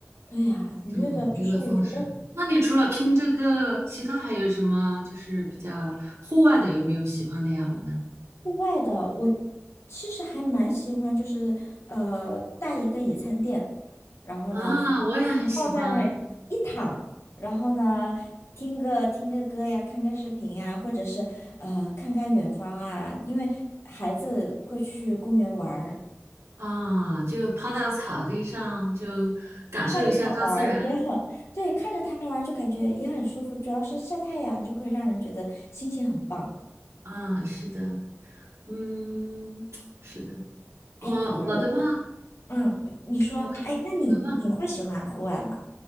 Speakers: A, on the left; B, on the right.
A: 对呀，
B: 这种娱乐方式。
A: 愉悦的，就是我觉得
B: 那你除了拼这个，其他还有什么就是比较户外的，有没有喜欢的呀？我们
A: 户外的，我其实还蛮喜欢，就是呃，带一个野餐垫。然后呢，
B: 啊，我也很喜欢
A: 放在那儿一躺，然后呢，听个听个歌呀，看看视频呀，或者是呃看看远方啊，因为孩子会去公园玩儿，
B: 啊，就趴到草地上，就感受一下大自然。
A: 看着他玩儿也很，对，看着他玩儿就感觉也很舒服，主要是晒太阳就会让人觉得心情很棒。
B: 啊，是的，嗯，<tsk> 是的，我我的话，
A: 哎，那你嗯，你说，
B: 我的我的话。
A: 哎，那你你会喜欢户外吗？